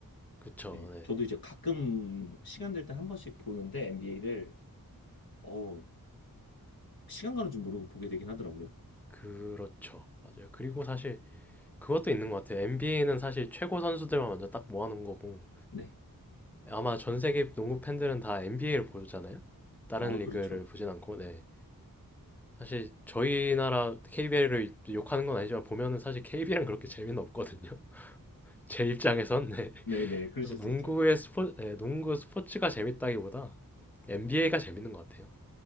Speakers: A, in the centre; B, on the left.
A: 그쵸.
B: 예,
A: 네.
B: 저도 이제 가끔 시간 될 때 한 번씩 보는데 NBA를, 어우, 시간 가는 줄 모르고 보게 되긴 하더라고요.
A: 그렇죠. 맞아요. 그리고 사실 그것도 있는 것 같아요. NBA는 사실 최고 선수들만 먼저 딱 모아놓은 거고
B: 네.
A: 아마 전 세계 농구 팬들은 다 NBA를 보잖아요. 다른
B: 아,
A: 리그를
B: 그렇죠.
A: 보진 않고 네. 사실 저희 나라 KBL을 욕하는 건 아니지만 보면은 사실 KBL은 그렇게 재미는 없거든요. <laughs> 제 입장에선 네.
B: 네네, 그러실
A: 그래서
B: 수
A: 농구의
B: 있죠.
A: 스포 네, 농구 스포츠가 재밌다기보다 NBA가 재밌는 것 같아요.